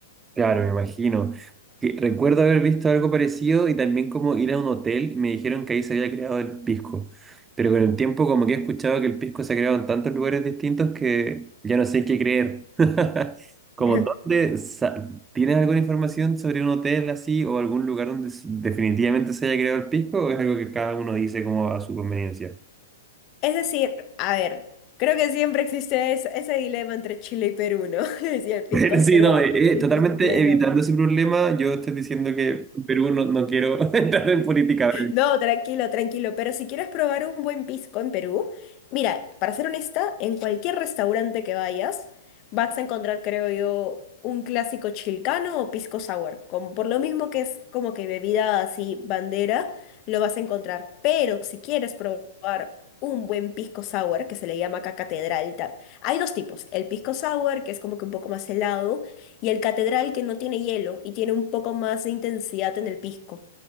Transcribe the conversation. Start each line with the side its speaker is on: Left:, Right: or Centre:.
Right: Claro, me imagino. Que Recuerdo haber visto algo parecido y también como ir a un hotel y me dijeron que ahí se había creado el pisco. Pero con el tiempo como que he escuchado que el pisco se ha creado en tantos lugares distintos que ya no sé qué creer. <laughs> Como
Left: <laughs>
Right: dónde, sa- ¿tienes alguna información sobre un hotel así o algún lugar donde s- definitivamente se haya creado el pisco o es algo que cada uno dice como a su conveniencia? <laughs>
Left: Es decir, a ver, creo que siempre existe es- ese dilema entre Chile y Perú, ¿no? <laughs> Si el pisco
Right: Bueno,
Left: es
Right: sí,
Left: peruano,
Right: no, eh,
Left: el pisco
Right: eh, totalmente
Left: es chileno.
Right: evitando ese problema, yo estoy diciendo que en Perú no, no quiero <laughs> entrar en política.
Left: No, tranquilo, tranquilo. Pero si quieres probar un buen pisco en Perú, mira, para ser honesta, en cualquier restaurante que vayas, vas a encontrar, creo yo, un clásico chilcano o pisco sour. Como, por lo mismo que es como que bebida así bandera, lo vas a encontrar. Pero si quieres probar un buen pisco sour, que se le llama acá catedral, ta- hay dos tipos. El pisco sour, que es como que un poco más helado, y el catedral, que no tiene hielo y tiene un poco más de intensidad en el pisco.